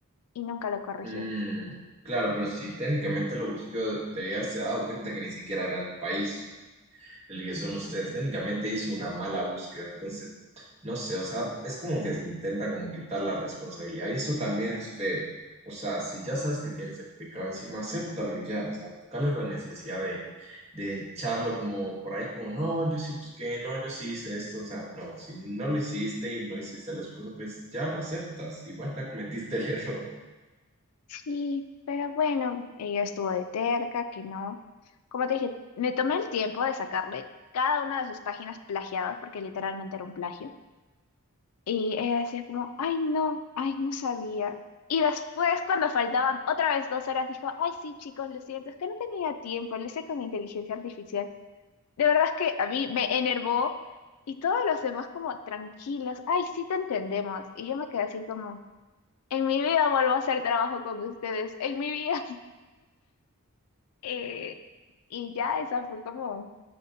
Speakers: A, on the left (about 80°); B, on the right (about 30°).
A: y nunca lo corrigió.
B: mm, claro, pero si técnicamente lo busquó, debía haberse dado cuenta que ni siquiera era el país. el que son ustedes. Técnicamente hizo una mala búsqueda, entonces, no sé, o sea, es como que se intenta como quitar la responsabilidad y eso también es feo. O sea, si ya sabes que tienes el pecado encima, acéptalo y ya. O sea, ¿cuál es la necesidad de, de echarlo como por ahí, como, no, yo sí busqué, no, yo sí hice esto? O sea, no, si no lo hiciste y no hiciste el esfuerzo, pues ya lo aceptas. Igual ya cometiste el <laughs> error.
A: Sí, pero bueno, ella estuvo de terca, que no. Como te dije, me tomé el tiempo de sacarle cada una de sus páginas plagiadas, porque literalmente era un plagio. Y ella decía como, ay no, ay no sabía. Y después, cuando faltaban otra vez dos horas, dijo, ay sí, chicos, lo siento, es que no tenía tiempo, lo hice con inteligencia artificial. De verdad es que a mí me enervó y todos los demás como tranquilos, ay sí te entendemos. Y yo me quedé así como, en mi vida vuelvo a hacer trabajo con ustedes, en mi vida. Eh, y ya esa fue como